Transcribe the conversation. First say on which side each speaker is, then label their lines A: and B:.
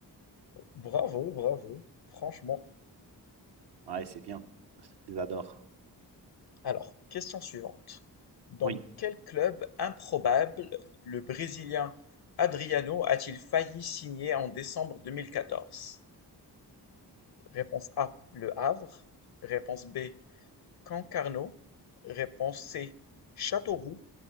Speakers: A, on the left (about 65°); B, on the right (about 75°).
A: Bravo, bravo. Franchement.
B: Ouais, c'est bien. J'adore.
A: Alors, question suivante. Dans
B: Oui.
A: quel club improbable le Brésilien Adriano a-t-il failli signer en décembre deux mille quatorze Réponse A, Le Havre. Réponse B, Concarneau. Réponse C, Châteauroux.